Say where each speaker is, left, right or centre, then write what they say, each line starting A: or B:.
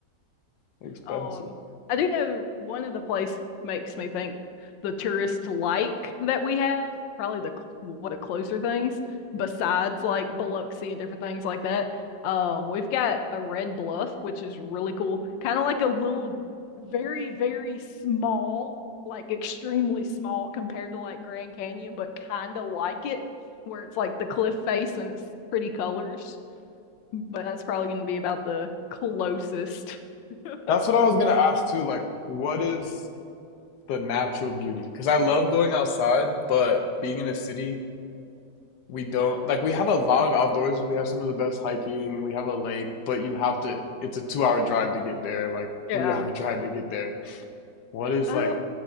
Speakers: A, on the left (about 70°); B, on the left (about 85°).
A: expensive.
B: Um, I do know one of the place makes me think the tourist like that we have, probably the cl- one of the closer things besides like Biloxi and different things like that. Um, we've got a Red Bluff, which is really cool. Kind of like a little, very, very small, like extremely small compared to like Grand Canyon, but kind of like it, where it's like the cliff face and it's pretty colors. But that's probably going to be about the closest. <laughs>
A: That's what I was gonna ask too. Like, what is the natural beauty? Because I love going outside, but being in a city, we don't like. We have a lot of outdoors. We have some of the best hiking. We have a lake, but you have to. It's a two-hour drive to get there. Like
B: Yeah.
A: three-hour <laughs> drive to get there. What is
B: Uh,
A: like?